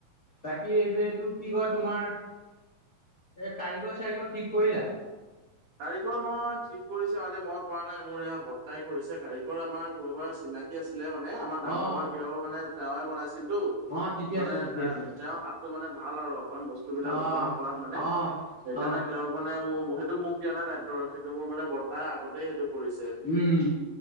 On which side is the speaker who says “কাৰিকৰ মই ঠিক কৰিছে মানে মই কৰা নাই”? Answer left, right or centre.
Right